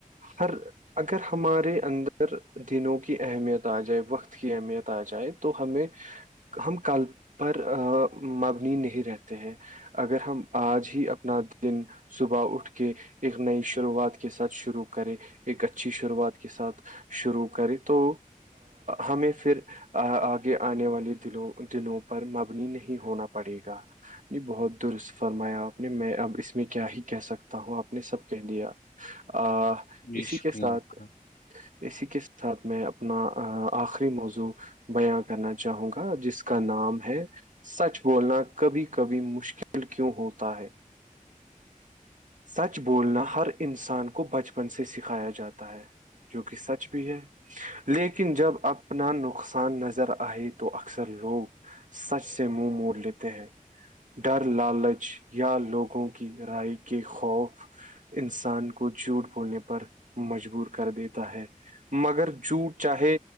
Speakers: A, on the right; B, on the left.
A: ہر <unintelligible> اگر ہمارے اندر دنوں کی اہمیت آ جائے وقت کی اہمیت آ جائے تو ہمیں ہم کل پر مبنی نہیں رہتے ہیں اگر ہم آج ہی اپنا دن صبح اٹھ کے کہ ایک نئی شروعات کے ساتھ شروع کرے ایک اچھی شروعات کے ساتھ شروع کریں تو ہمیں پھر آگے آنے والی دلوں دنوں پر مبنی نہیں ہونا پڑے گا جی بہت درست فرمایا آپ نے میں اب اس میں کیا ہی کہہ سکتا ہوں آپ نے سب کہہ دیا آ
B: جی
A: اسی
B: شکریہ
A: کے ساتھ
B: آپ کا
A: <unintelligible> اسی کے ساتھ میں اپنا آخری موضوع بیاں کرنا چاہوں گا جس کا نام ہے سچ بولنا کبھی کبھی مشکل کیوں ہوتا ہے
B: <unintelligible>
A: سچ بولنا ہر انسان کو بچپن سے سکھایا جاتا ہے جو کہ سچ بھی ہے لیکن جب اپنا نقصان نظر آئے تو تو اکثر لوگ سچ سے منہ موڑ لیتے ہیں ڈر لالچ یا لوگوں کی رائے کے خوف انسان کو جھوٹ بولنے پر مجبور کر دیتا ہے مگر جوٹ چاہے